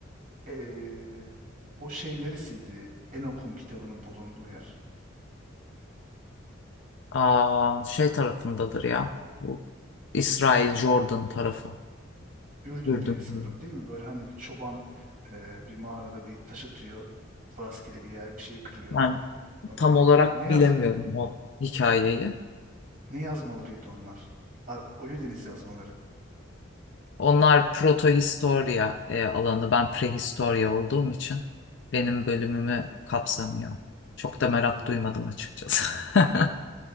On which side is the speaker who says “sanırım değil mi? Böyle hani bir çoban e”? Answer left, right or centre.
Right